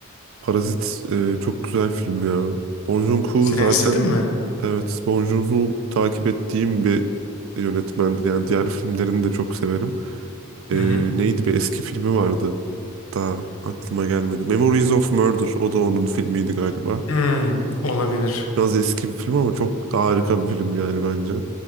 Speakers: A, on the right; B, on the left.
A: Parazit e, çok güzel film ya. Bong Joon-ho
B: Sen
A: zaten
B: izledin mi?
A: evet Bong Joon-ho takip ettiğim bir yönetmendir. Yani diğer filmlerini de çok severim. E,
B: Hı hı.
A: neydi bir eski filmi vardı. Daha aklıma gelmedi. Memories of Murder. O da onun filmiydi galiba.
B: Hmm, olabilir.
A: Biraz eski bir film ama çok harika bir film yani bence.